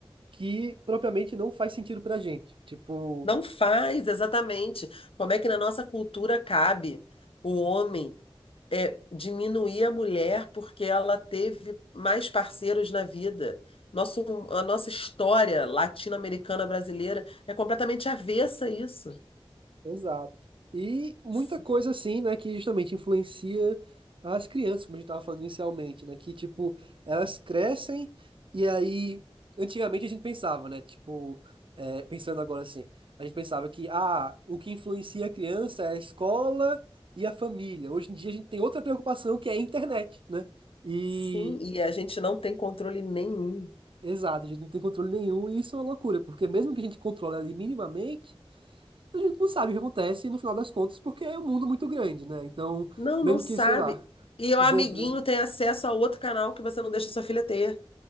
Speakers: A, on the right; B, on the left.
A: que propriamente não faz sentido pra gente. Tipo,
B: não faz exatamente como é que na nossa cultura cabe o homem é, diminuir a mulher porque ela teve mais parceiros na vida. Nosso, a nossa história latino-americana brasileira é completamente avessa a isso.
A: Exato. E muita
B: S-
A: coisa assim, né, que justamente influencia as crianças, como a gente estava falando inicialmente, né, que tipo, elas crescem e aí antigamente a gente pensava, né, tipo, é, pensando agora assim, a gente pensava que ah, o que influencia a criança é a escola e a família. Hoje em dia a gente tem outra preocupação que é a internet, né? E
B: Sim, e a gente não tem controle nenhum.
A: exato, a gente não tem controle nenhum e isso é uma loucura, porque mesmo que a gente controle ali minimamente, a gente não sabe o que acontece no final das contas, porque é um mundo muito grande, né? Então,
B: Não,
A: mesmo
B: não sabe.
A: que, sei lá,
B: E o
A: vou
B: amiguinho
A: ver.
B: tem acesso a outro canal que você não deixa sua filha ter.